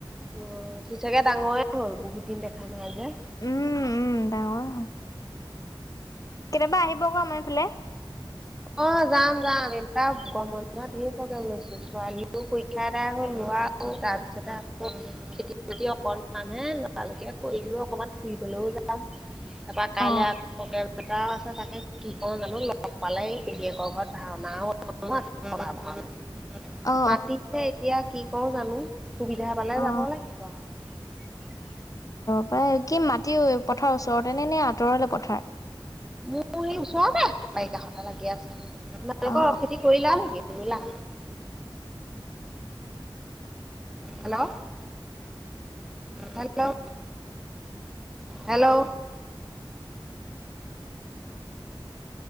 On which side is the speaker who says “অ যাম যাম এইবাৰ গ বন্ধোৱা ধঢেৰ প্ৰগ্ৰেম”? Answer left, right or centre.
Centre